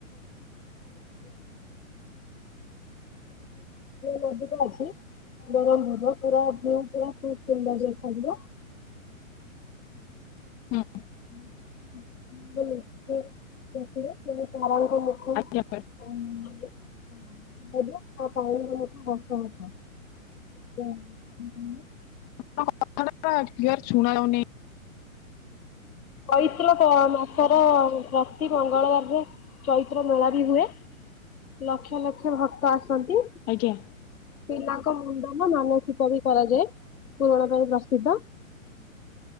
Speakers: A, on the left; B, on the left.
A: ମଧ୍ୟ ତ ଅଛି। ଗରମ ହେବ। <unintelligible>
B: ହୁଁ
A: ହୁଁ ହୁଁ। ସେ
B: ଆଜ୍ଞା
A: ମାନେ। <unintelligible> <unintelligible> <unintelligible>
B: <unintelligible>
A: ଚୈତ୍ର ମାସର ପ୍ରତି ମଙ୍ଗଳବାରରେ ଚୈତ୍ର ମେଳା ହୁଏ ଲକ୍ଷ ଲକ୍ଷ ଭକ୍ତ ଆସ ଛନ୍ତି
B: ଆଜ୍ଞା
A: ପିଲାଙ୍କ ମୁଣ୍ଡନ ମାନାସିକ ବି କରାଯାଏ ପୁରଣ ପାଇଁ ପ୍ରସିଦ୍ଧ